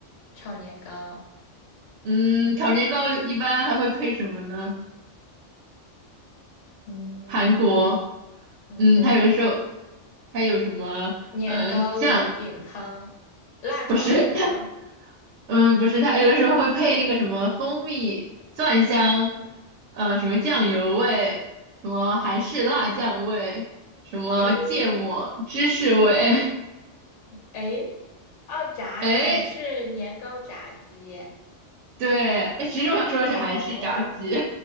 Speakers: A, on the left; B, on the right.
A: 炒年糕。
B: 嗯，炒年糕一般还会配什么呢？
A: 嗯，
B: 韩国，
A: 韩国
B: 嗯，它有的时候还有什么，
A: 年糕鱼饼汤，
B: 呃，酱，
A: 辣炒年糕。
B: 不是它，嗯，不是它，有的时候会配那个什么蜂蜜、蒜香，呃，什么酱油味，什么韩式辣酱味，什么芥末芝士味，
A: 诶诶，哦，炸韩式年糕炸鸡。
B: <laughs> 哎，对，哎，其实我想说的是韩式炸鸡，
A: 哦，